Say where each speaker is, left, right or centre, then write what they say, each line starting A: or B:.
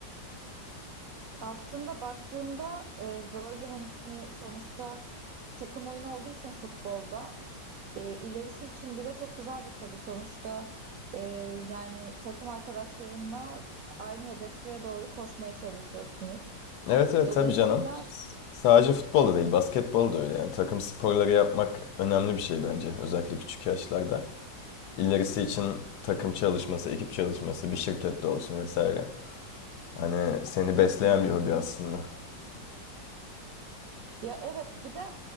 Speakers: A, on the right; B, on the left.
A: Aslında baktığında e, böyle hani sonuçta takım oyunu olduğu için futbolda e, ilerisi için bile çok güzel bir hobi. Sonuçta e, yani takım arkadaşlarınla aynı hedefe doğru koşmaya çalışıyorsunuz.
B: Evet evet
A: Dolayısıyla
B: tabii canım. Sadece futbol da değil, basketbol da öyle yani. Takım sporları yapmak önemli bir şey bence. Özellikle küçük yaşlarda. İlerisi için takım çalışması, ekip çalışması, bir şirkette olsun vesaire. Hani seni besleyen
A: hı hı.
B: bir hobi aslında.
A: Ya evet bir de